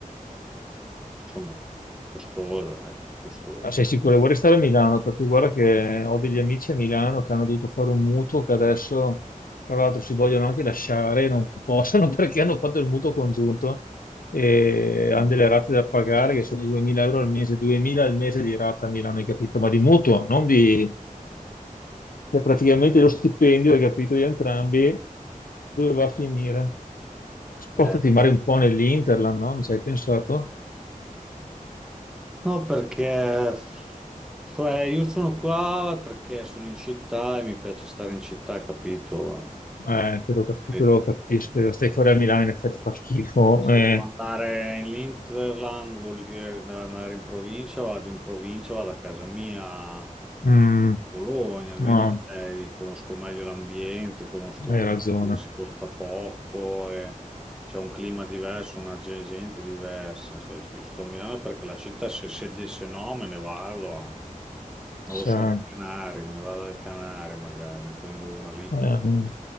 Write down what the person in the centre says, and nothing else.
insomma, costosa, ecco, costosa.
Mm.
Eh,
No, perché cioè, io sono qua perché sono in città e mi piace stare in città, capito?
Se,
se
devo andare in Interland vuol dire da- andare in provincia, vado in provincia, vado a casa mia.
Bologna, almeno
c'è- conosco meglio l'ambiente, conosco
tutti,
si costa poco, e c'è un clima diverso, una ge- gente diversa. Cioè, se io sto a Milano perché la città, se, se, se no, me ne vado a, non
lo so, alle Canarie, me ne vado alle Canarie magari, ne prendo una lì,